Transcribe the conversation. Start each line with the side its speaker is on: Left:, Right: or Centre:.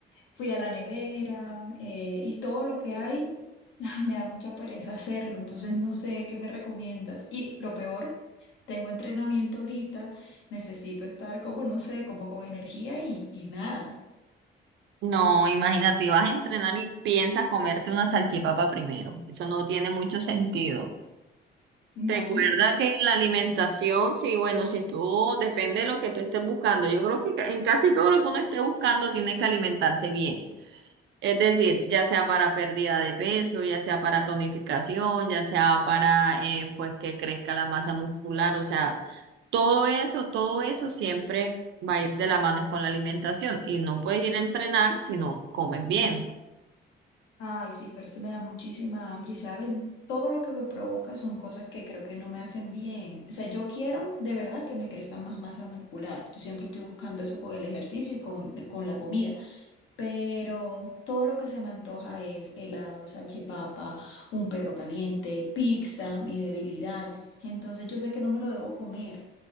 Left: Fui a la nevera eh, y todo lo que hay, <laughs> ay, me da mucha pereza hacerlo, entonces no sé qué me recomiendas. Y lo peor, tengo entrenamiento ahorita, necesito estar como, no sé, como con energía y, y nada.
Right: No, imagínate, vas a entrenar y piensas comerte una salchipapa primero. Eso no tiene mucho sentido.
Left: No.
Right: Recuerda que en la alimentación, sí, bueno, si tú, depende de lo que tú estés buscando. Yo creo que ca- en casi todo lo que uno esté buscando tiene que alimentarse bien. Es decir, ya sea para pérdida de peso, ya sea para tonificación, ya sea para eh, pues que crezca la masa muscular, o sea, todo eso, todo eso siempre va a ir de la mano con la alimentación y no puedes ir a entrenar si no comes bien.
Left: Ay, sí, pero es que me da muchísima hambre y, ¿sabes? Todo lo que me provoca son cosas que creo que no me hacen bien. O sea, yo quiero de verdad que me crezca más masa muscular. Yo siempre estoy buscando eso con el ejercicio y con, con la comida. Pero todo lo que se me antoja es helado, salchipapa, un perro caliente, pizza, mi debilidad. Entonces yo sé que no me lo debo comer